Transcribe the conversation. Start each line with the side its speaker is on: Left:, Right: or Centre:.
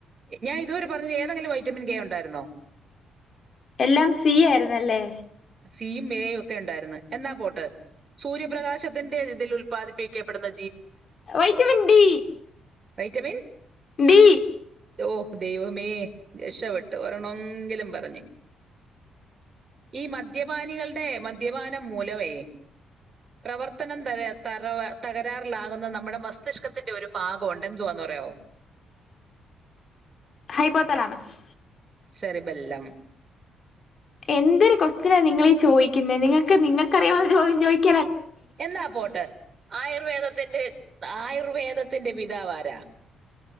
Right: ഞാൻ ഇതുവരെ പറഞ്ഞത് ഏതെങ്കിലും വൈറ്റമിൻ കെ ഉണ്ടായിരുന്നോ
Left: എല്ലാം സി ആയിരുന്നല്ലേ
Right: സി യും എ യും ഒക്കെ ഉണ്ടായിരുന്നു. എന്നാ പോട്ട്, സൂര്യപ്രകാശത്തിന്റെ ഇതിൽ ഉല്പാദിപ്പിക്കപ്പെടുന്ന
Left: വൈറ്റമിൻ ഡി
Right: വൈറ്റമിൻ
Left: ഡി
Right: ഓ ദൈവമേ രക്ഷപ്പെട്ട് ഒരണോങ്കിലും പറഞ്ഞ് ഈ മദ്യപാനികളുടെ മദ്യപാനം മൂലമേ പ്രവർത്തനം തര തരവ തകരാറിലാകുന്ന നമ്മുടെ മസ്തിഷ്കത്തിന്റെ ഒരു ഭാഗംമുണ്ട് എന്തുവാന്ന്പറയാമോ?
Left: ഹൈപോത്തലമസ്
Right: സെറിബെല്ലം
Left: എന്തൊരു കൊസ്റ്റ്യനാ നിങ്ങളീ ചോദിക്കുന്നത് നിങ്ങൾക്ക് നിങ്ങൾക് അറിയാവുന്ന ചോദ്യം ചോദ
Right: എന്നാ പോട്ടെ ആയുർവേദത്തിന്റെ ആയുർ വേദത്തിന്റെ പിതാവാരാ?